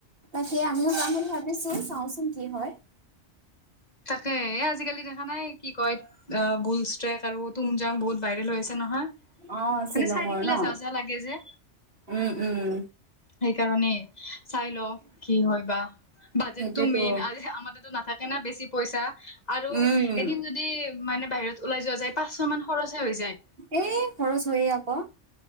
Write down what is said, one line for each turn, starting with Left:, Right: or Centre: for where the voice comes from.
Right: তাকে আমিও যাম বুলি ভাবিছো চাওঁচোন কি হয়।
Left: তাকে এ আজিকালি দেখা নাই, কি কয় বুল ষ্ট্ৰেক আৰু টুমজাং বহুত ভাইৰেল হৈ আ ছে নহয়
Right: অ',
Left: মানে
Right: শ্বিলঙৰ
Left: চাই থাকিলে
Right: ন
Left: যাওঁ যাওঁ লাগে যে।
Right: উম, উম
Left: সেইকাৰণে চাই লওঁ কি হয় বা, বাজেতটো
Right: সেইটোৱেতো।
Left: মেইন। আজি আমাৰ তা তেতো নাথাকে না বেছি পইচা, আৰু
Right: উম,
Left: এদিন যদি মানে বাহিৰত ওলাই যোৱা যায়, পাঁচশ মান খৰচে হৈ যায়।
Right: এই খৰচ হয়ে আক',